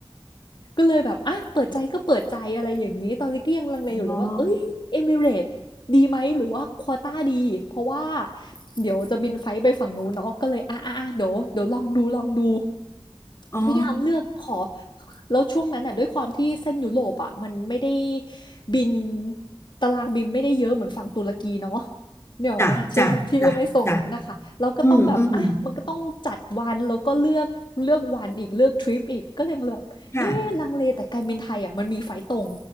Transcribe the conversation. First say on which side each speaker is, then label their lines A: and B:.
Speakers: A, on the left; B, on the left.
A: ก็เลยแบบอ่ะเปิดใจก็เปิดใจอะไรอย่างนี้ ตอนนี้ก็ยังลังเลอยู่เลยว่า
B: อ๋อ
A: เอ้ย เอมิเรตดีไหม หรือว่าควอต้าดี เพราะว่า เดี๋ยวจะบินไฟล์ไปฝั่งนู้นเนาะก็เลยอ่ะอ่ะอ่ะเดี๋ยวเดี๋ยวลองดูลองดู
B: อ๋อ
A: พยายามเลือกขอ <laughs> แล้วช่วงนั้นอ่ะด้วยความที่เส้นยุโรปอ่ะมันไม่ได้บินตารางบินไม่ได้เยอะเหมือนฝั่งตุรกีเนาะเนี่ยหรอกไหมใช่ไหมที่ไม่ไม่ส่งนั้นนะคะเราก็ต้องแบบอ่ะมันก็ต้องจัดวันแล้วก็เลือกเลือกวันอีกเลือกทริปอีกก็เลยแบบเอ๊ะลังเลแต่การบินไทยอ่ะมันมีไฟล์ตรง
B: จ้ะจ้ะจ้ะจ้ะอืมอืมค่ะ